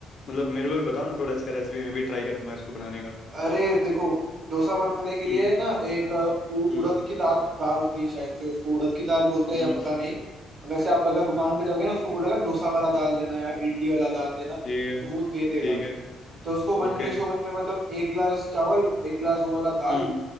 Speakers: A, on the left; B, on the right.
A: मतलब मेरे को भी बताओ ना थोड़ा इसका रेसिपी मैं भी ट्राई करूंगा इसको बनाने का
B: अरे देखो डोसा बनाने के लिए
A: हम्म
B: ना एक अ, उ-
A: हम्म
B: उड़द की दाल दाल होती है शायद से उसको उड़द की दाल बोलते
A: हम्म
B: हैं या पता नहीं वैसे आप अगर दुकान पे जाओगे ना उसको बोलेगा डोसा वाला दाल देना या इडली वाला दाल देना
A: ठीक है
B: तो वो दे देगा
A: ठीक है
B: तो उसको वन
A: ओके
B: रेशो वन में मतलब एक गिलास चावल एक गिलास वो वाला दाल
A: हम्म